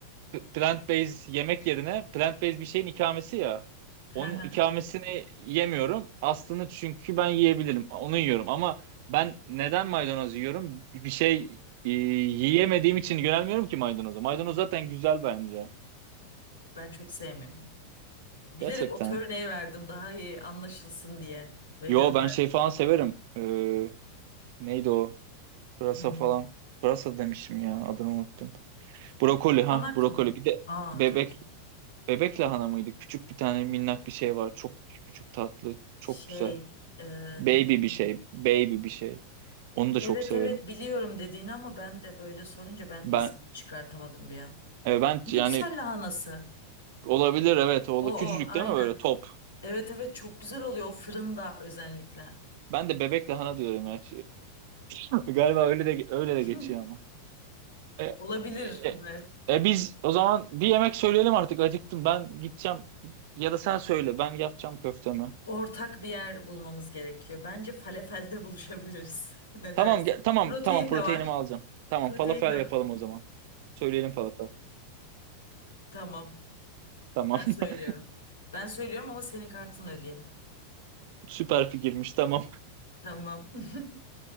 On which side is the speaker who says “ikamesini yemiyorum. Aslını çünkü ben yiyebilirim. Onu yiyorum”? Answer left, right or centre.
Right